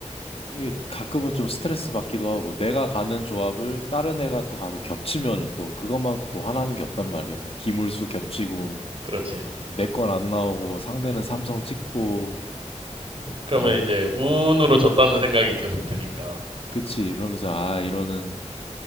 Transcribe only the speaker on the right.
그렇지.
그러면
이제 운으로 졌다는 생각이 계속 드니까.